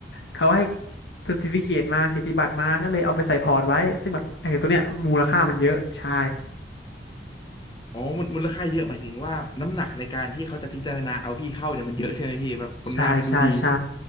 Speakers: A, on the left; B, on the left.
A: เขาให้ซอร์ติฟิเคตมาเกียรติบัตรมาก็เลยเอาไปใส่พอร์ตไว้ซึ่งแบบเออตัวเนี้ยมูลค่ามันเยอะใช่
B: อ๋อมูลมูลค่าเยอะหมายถึงว่าน้ำหนักในการที่เขาจะพิจารณาเอาพี่เข้าเนี่ยมันเยอะใช่ไหมพี่แบบผลงานมันดูดี
A: ใช่ใช่ใช่